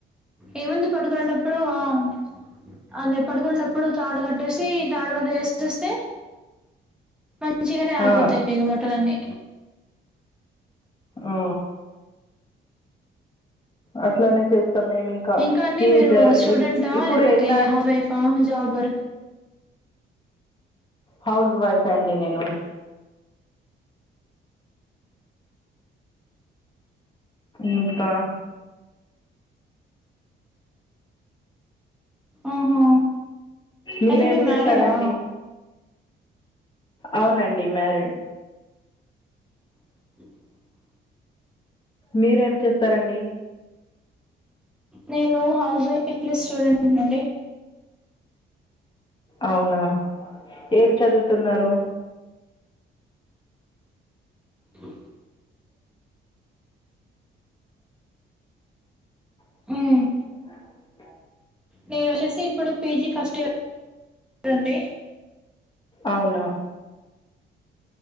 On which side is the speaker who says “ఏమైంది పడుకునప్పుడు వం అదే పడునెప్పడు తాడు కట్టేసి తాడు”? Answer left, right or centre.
Centre